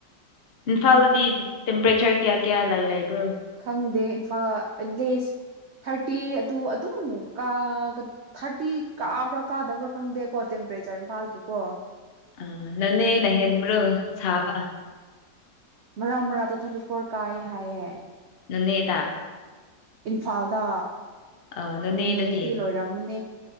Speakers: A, on the left; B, on the right.
A: ꯏꯝꯐꯥꯜꯗꯗꯤ ꯇꯦꯝꯄꯔꯦꯆꯔ ꯀꯌꯥ ꯀꯌꯥ ꯂꯥꯏ ꯂꯥꯏꯕ꯭ꯔꯣ
B: ꯈꯪꯗꯦ ꯏꯝꯐꯥꯜ ꯑꯦꯠꯂꯤꯁ ꯊꯥꯔꯇꯤ ꯑꯗꯨ ꯑꯗꯨꯝ ꯀ ꯊꯥꯔꯇꯤ ꯀꯥꯕ꯭ꯔꯥ ꯀꯥꯗꯕ꯭ꯔꯥ ꯈꯪꯗꯦꯀꯣ ꯇꯦꯝꯄꯔꯦꯆꯔ ꯏꯝꯐꯥꯜꯒꯤꯀꯣ
A: ꯑ ꯅꯣꯅꯦꯅ ꯍꯦꯟꯕ꯭ꯔꯣ ꯁꯥꯕ
B: ꯃꯔꯥ ꯃꯔꯥꯗꯣ ꯊꯥꯔꯇꯤ ꯐꯣꯔ ꯀꯥꯏ ꯍꯥꯏꯌꯦ
A: ꯅꯣꯅꯦꯗ
B: ꯏꯝꯐꯥꯜꯗ
A: ꯑꯧ ꯅꯣꯅꯦꯗꯗꯤ
B: ꯅꯨꯅꯦꯗꯗꯤ ꯂꯣꯏꯔꯝꯃꯅꯦ